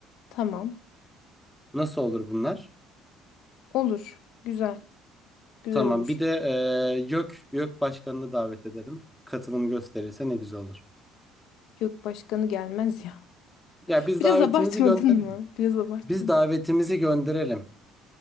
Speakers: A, on the left (about 70°); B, in the centre.
A: Tamam.
B: Nasıl olur bunlar?
A: Olur. Güzel. Güzel
B: Tamam.
A: olur.
B: Bir de e, YÖK, YÖK başkanını davet edelim. Katılım gösterirse ne güzel olur.
A: Yok başkanı gelmez ya. <laughs>
B: Ya biz
A: Biraz
B: davetimizi
A: abartmadın
B: gönderelim.
A: mı? Biraz abartmadın.
B: Biz davetimizi gönderelim